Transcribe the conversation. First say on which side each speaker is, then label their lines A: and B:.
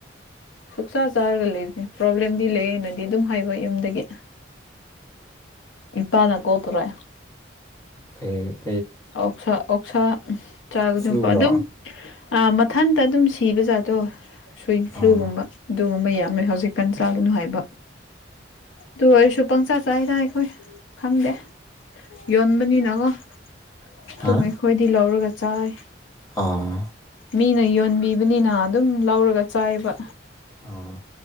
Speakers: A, on the left; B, on the left.
A: ꯁꯨꯛꯆꯥ ꯆꯥꯔꯒ ꯂꯩꯕꯁꯦ ꯄ꯭ꯔꯣꯕ꯭ꯂꯦꯝꯗꯤ ꯂꯩꯌꯦꯅꯗꯤ ꯑꯗꯨꯝ ꯍꯥꯏꯕ ꯌꯨꯝꯗꯒꯤ ꯇꯅꯦ ꯀꯠꯇꯔꯦ
B: ꯑꯩꯩ
A: ꯑꯣꯁꯥ ꯑꯣꯛꯁꯥ ꯆꯥꯒꯗꯀꯣ
B: ꯐ꯭ꯂꯨꯔꯣ
A: ꯑꯗꯨꯝ ꯥ ꯃꯊꯟꯇ ꯑꯗꯨꯝ ꯁꯤꯕ ꯖꯥꯗꯣ ꯁ꯭ꯋꯟ
B: ꯑꯥ
A: ꯐ꯭ꯂꯨꯒꯨꯝꯕ ꯑꯗꯨꯒꯨꯝꯕ ꯌꯥꯝ ꯍꯧꯖꯤ ꯆꯥ ꯍꯥꯏꯕ ꯑꯗꯨ ꯑꯩꯁꯨ ꯄ ꯆꯗ ꯑꯩꯈꯣꯏ ꯈꯪꯗꯦ ꯌꯣꯟꯕꯅꯤꯅꯀꯣ ꯑꯗꯨꯝ
B: ꯍꯥ
A: ꯑꯩꯈꯣꯏꯗꯤ ꯂꯧꯔꯒ ꯆꯥꯏ
B: ꯑꯥ
A: ꯃꯤꯅ ꯌꯣꯟꯕꯤ ꯕꯅꯤꯅꯥ ꯑꯗꯨꯝ ꯂꯧꯔꯒ ꯆꯥꯏꯕ
B: ꯑ